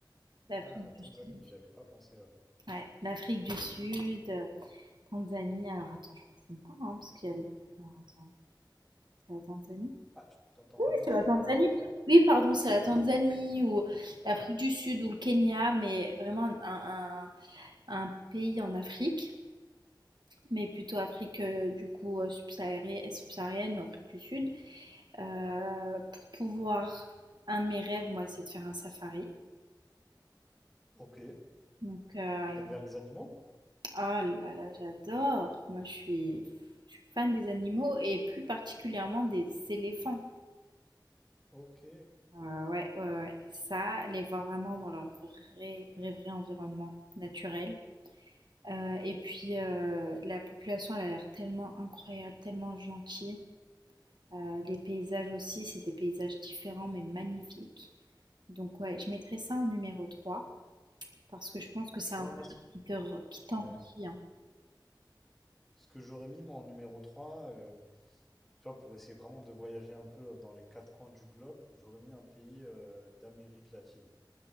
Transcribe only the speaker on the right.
L'Afrique
du Sud.
Ouais, l'Afrique du Sud, euh, Tanzanie. Alors, attends, je confonds pas, hein, parce qu'il y a... le- Alors, attends, c'est la Tanzanie?
Oui,
c'est
la
Tanzanie.
Oui, pardon, c'est la Tanzanie ou
l'Afrique du Sud ou le Kenya, mais vraiment un, un un un pays en Afrique. mais plutôt Afrique euh, du coup euh, subsaharienne, et subsaharienne ou Afrique du Sud. Euh, pour pouvoir, un de mes rêves, moi, c'est de faire un safari.
Donc, euh,
oh là là, j'adore. Moi, je suis, je suis fan des animaux et plus particulièrement des éléphants.
Euh, ouais, ouais, ouais. Ça, les voir vraiment dans leur vrai, vrai, vrai environnement naturel. Euh, et puis, euh, la population, elle a l'air tellement incroyable, tellement gentille. Euh, les paysages aussi, c'est des paysages différents mais magnifiques. Donc ouais, je mettrai ça en numéro 3 parce que je pense que c'est
un
voyage
qui te, re- qui t'enrichit.
hein.